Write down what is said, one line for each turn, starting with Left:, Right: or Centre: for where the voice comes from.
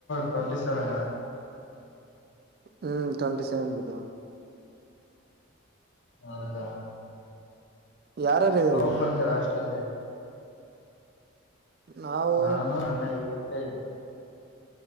Left: ಟ್ವೆಂಟಿ ಸೆವೆನ
Right: ಹ್ಮ್ ಟ್ವೆಂಟಿ ಸೆವೆನ್ ಗಿದ್ದ
Left: ಹದಾ
Right: ಯಾರಾರು ಇದಾರೆ
Left: ಹೋಗ್
Right: ಈಗ
Left: ಬರ್ತಾರಾ ಅಷ್ಟಂದ
Right: ನಾವು
Left: ನಾನು ರಣ್ಣ ಇದೇ